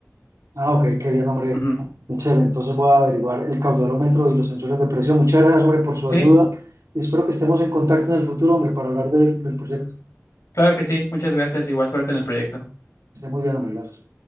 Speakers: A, on the right; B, on the left.
A: Ah, ok, qué bien, hombre.
B: Ujú.
A: Muy chévere. Entonces voy a averiguar el caudalómetro y los sensores de presión. Muchas gracias, hombre, por su
B: Sí,
A: ayuda. Y espero que estemos en contacto en el futuro, hombre, para hablar del, del proyecto.
B: claro que sí. Muchas gracias y buena suerte en el proyecto.
A: Que Esté muy bien, hombre. Gracias.